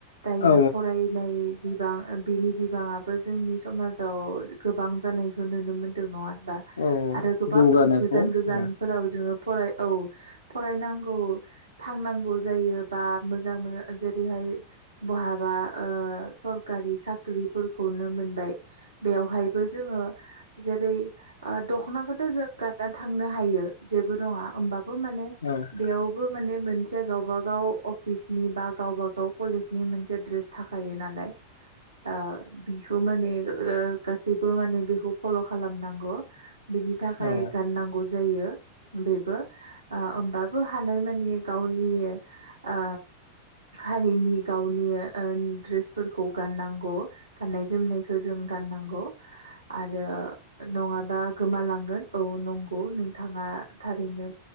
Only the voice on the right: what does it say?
दायो
फरायनाय बिबां बिनि बिबाङाबो जोंनि समाजाव गोबां जानायखौ नुनो मोनदों नङा होनबा
आरो गोबां
गोजान गोजानफोराव
जोङो फराय औ फरायनांगौ थांनांगौ जायो बा मोजां मोजां जेरैहाय बहाबा ओ सरखारि साख्रिफोरखौनो मोनबाय बेवहायबो जोङो जेरै ओ दखनाखौथ जों गाननानै थांनो हायो जेबो नङा होमबाबो माने
बेयाव माने मोनसे गावबा गाव अफिसनि बा गावबा गाव कलेजनि मोनसे ड्रेस थाखायो नालाय। आ बिखौ माने ओ गासैबो माने बेखौ फल खालामनांगौ बिनि थाखाय
गाननांगौ जा जायो बेबो ओ होमबाबो हानाय मानि गावनि ओ हारिनि गावनि ओ ड्रेसफोरखौ गाननांगौ गाननाय जोमनायखो जों गाननांगौ आरो। नङाबा गोमालांगोन औ नंगौ नोंथाङा थारैनो